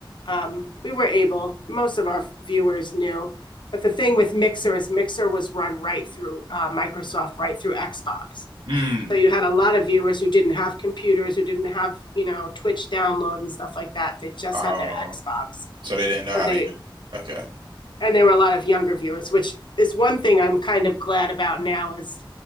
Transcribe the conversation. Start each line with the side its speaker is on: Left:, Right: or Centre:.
Left: um, we were able. Most of our viewers knew, but the thing with Mixer is Mixer was run right through uh, Microsoft, right through Xbox.
Right: mm.
Left: So you had a lot of viewers who didn't have computers, who didn't have, you know, Twitch download and stuff like that. They just
Right: Oh,
Left: had their Xbox.
Right: so they didn't know
Left: So
Right: how
Left: they
Right: to even. Okay,
Left: and there were a lot of younger viewers, which is one thing I'm kind of glad about now is